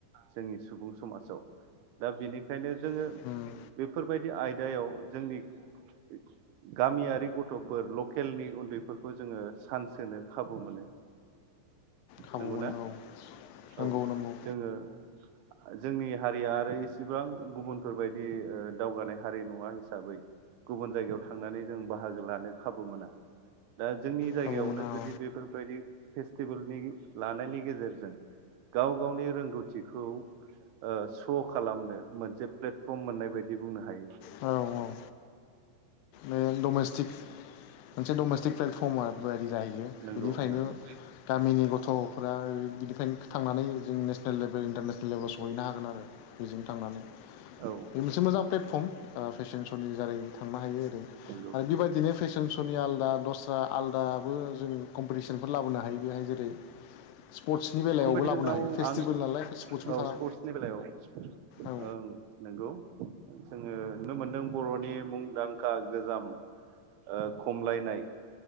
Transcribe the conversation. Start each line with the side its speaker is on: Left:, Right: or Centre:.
Right: जोंनि सुबुं समाजाव। दा बिनिख बेखायनो जोङो
Left: औ
Right: बेफोरबायदि आयद गायाव जोंनि ग-गामियारि गथ'फोर लकेलनि उन्दैफोरखौ जोङो। सान्स होनो खाबु मोनो।
Left: खाबु
Right: नंगौना
Left: मोनो औ। नंगौ
Right: औ
Left: नंगौ
Right: जोङो आ जोंनि हारिया इसेबां गुबुनफोरबायदि ओ दावगानाय हारि नङा हिसाबै गुबुन जायगायाव थांनानै जों बाहागो लानो खाबु मोना। दा जोंनि जायगायावनो
Left: खाबु मोना
Right: जुदि
Left: औ
Right: बेफोरबायदि फेस्टिबोलनि लानायनि गेजेरज जों गाव गावनि रोंगौथिखौ ओ सु सख खालामनो मोनसे प्लेटफर्म मोननाय बायदि बुंनो हायो।
Left: औ औ। नो डमेस्टिक मोनसे डमेस्टिक प्लेटफर्मा बायदि जाहैयो
Right: नंगौ
Left: बेनिफ्रायनो
Right: नंगौ
Left: गामिनि गथ'फोरा ओ गिद <unintelligible> थांनानै जों नेसनेल लेब बो इन्टारनेसनेल लेबेलावसहैना हागोन आरो बेजों थांनानै
Right: औ
Left: बे मोनसे मोजां प्लेटफर्म ओ फेशन श'नि दारै थांनो हायो।
Right: नंगौ
Left: आरो बेबायदिनो फेसन श'नि आलदा दस्रा आलादाबो जों कम्पिटिसनफोर लाबोनो हायो बेहाय जेरै स्पर्टसनि बेलायावबो
Right: कम्पिटिसनाव
Left: लाबोनो हायो फेस्टिभेल
Right: आं
Left: नालाय स्पर्टसबो
Right: औ
Left: थाङा
Right: स्पर्टसनि बेलायाव
Left: औ
Right: ओं नंगौ जोङो नुनो मोनदों बर'नि मुंदांखा गोजाम ओ खमलायनाय